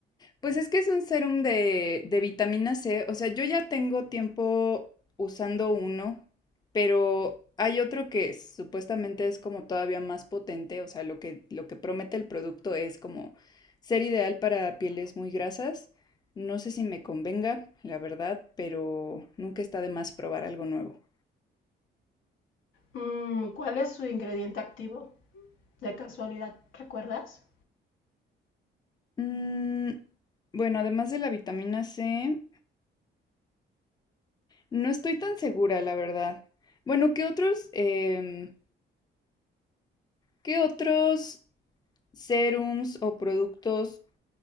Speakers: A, on the left (about 20°); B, on the left (about 80°).
A: Pues es que es un serum de, de vitamina C. O sea, yo ya tengo tiempo usando uno, pero hay otro que supuestamente es como todavía más potente. O sea, lo que, lo que promete el producto es como ser ideal para pieles muy grasas. No sé si me convenga, la verdad, pero nunca está de más probar algo nuevo.
B: Mm, ¿Cuál es su ingrediente activo? De casualidad, ¿recuerdas?
A: Mm, bueno, además de la vitamina C, no estoy tan segura, la verdad. Bueno, ¿qué otros, em, qué otros serums o productos